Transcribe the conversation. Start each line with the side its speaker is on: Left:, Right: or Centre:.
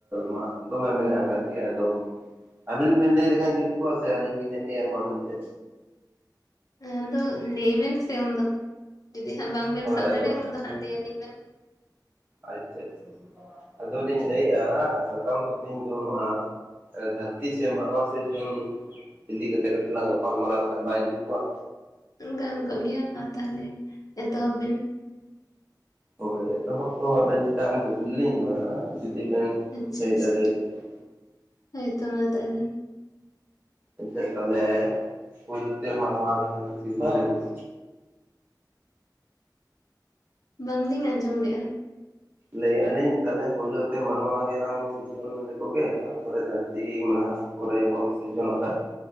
Right: ᱢᱟ ᱫᱚᱢᱮ ᱢᱮᱱᱟᱜ ᱟᱠᱟᱫ ᱜᱮᱭᱟ᱾ ᱟᱫᱚ ᱟᱹᱵᱤᱱ ᱵᱤᱱ ᱞᱟᱹᱭ ᱞᱮᱠᱷᱟᱱ ᱡᱩᱛ ᱠᱚᱜᱼᱟ ᱥᱮ ᱟᱹᱞᱤᱧ ᱜᱮᱞᱤᱧ ᱞᱟᱹᱭᱟ ᱢᱟ ᱮᱱᱛᱮ
Left: ᱟᱫᱚ ᱞᱟᱹᱭ ᱵᱮᱱ ᱥᱮ ᱩᱱᱫᱚ ᱡᱩᱫᱤ ᱦᱟᱸᱜ ᱵᱟᱝ ᱵᱮᱱ
Right: ᱦᱳᱭ
Left: ᱥᱟᱵ
Right: ᱟᱫᱚ
Left: ᱫᱟᱲᱮᱭᱟᱜᱼᱟ, ᱩᱱ ᱫᱚ ᱦᱟᱸᱜ ᱞᱟᱹᱭ ᱟᱹᱞᱤᱧ ᱵᱮᱱ
Right: ᱟᱪᱪᱷᱟ ᱟᱪᱪᱷᱟ ᱟᱫᱚ ᱞᱤᱧ ᱞᱟᱹᱭᱮᱫᱼᱟ ᱥᱟᱛᱟᱢ ᱫᱚ ᱛᱮᱦᱤᱧ ᱫᱚ ᱱᱚᱣᱟ ᱫᱷᱟᱹᱨᱛᱤ ᱥᱮ ᱢᱚᱲᱣᱟ ᱥᱤᱨᱡᱚᱱ ᱤᱫᱤ ᱠᱟᱛᱮ ᱠᱟᱛᱮ ᱠᱟᱹᱴᱤᱡ ᱞᱟᱝ ᱜᱟᱯᱟᱞ ᱢᱟᱨᱟᱣ ᱞᱮᱠᱷᱟᱱ ᱵᱟᱭ ᱡᱩᱛ ᱠᱚᱜᱼᱟ?
Left: ᱜᱟᱱ ᱠᱚᱜ ᱜᱮᱭᱟ ᱢᱟ ᱛᱟᱦᱚᱞᱮ ᱮᱛᱚᱦᱚᱵ ᱵᱤᱱ
Right: ᱦᱳᱭ ᱮᱛᱚᱦᱚᱵ ᱛᱚ ᱟᱵᱮᱱ ᱪᱮᱛᱟᱱ ᱨᱮ ᱠᱩᱠᱞᱤ ᱞᱤᱧ ᱫᱚᱦᱚᱭᱼᱟ ᱡᱩᱫᱤ ᱵᱮᱱ
Left: ᱟᱪᱪᱷᱟ
Right: ᱞᱟᱹᱭ
Left: ᱟᱪᱪᱷᱟ
Right: ᱫᱟᱲᱮᱭᱟᱞᱤᱧ ᱠᱷᱟᱱ
Left: ᱦᱳᱭᱛᱚ ᱢᱟ ᱛᱟᱦᱚᱞᱮ
Right: ᱟᱪᱪᱷᱟ ᱛᱟᱦᱚᱞᱮ ᱯᱳᱭᱞᱚ ᱛᱮ ᱢᱟᱱᱟᱣ ᱥᱤᱨᱡᱚᱱ
Left: ᱵᱟᱝᱞᱤᱧ ᱟᱸᱡᱚᱢ ᱞᱮᱜᱼᱟ?
Right: ᱞᱟᱹᱭᱮᱫ ᱟᱹᱞᱤᱧ ᱛᱟᱦᱚᱞᱮ ᱯᱳᱭᱞᱳ ᱛᱮ ᱢᱟᱱᱣᱟ ᱜᱮᱞᱟᱝ ᱥᱤᱨᱡᱚᱱ ᱞᱮᱠᱚ ᱜᱮ ᱛᱟᱯᱚᱨᱮ ᱫᱷᱟᱹᱨᱛᱤ ᱢᱟ ᱦᱟᱸᱜ ᱠᱚᱨᱮ ᱵᱚᱱ ᱥᱤᱨᱡᱚᱱ ᱟᱠᱟᱫ